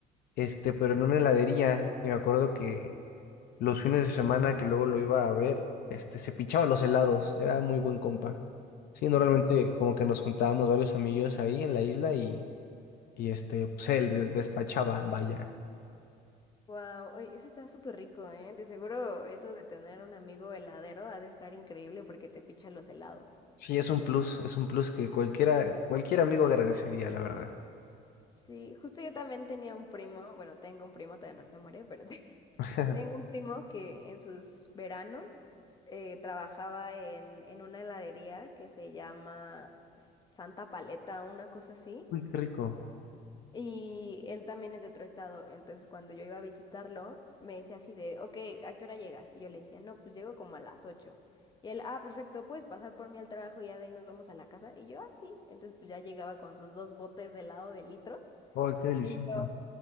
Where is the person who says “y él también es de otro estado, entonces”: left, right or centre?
Left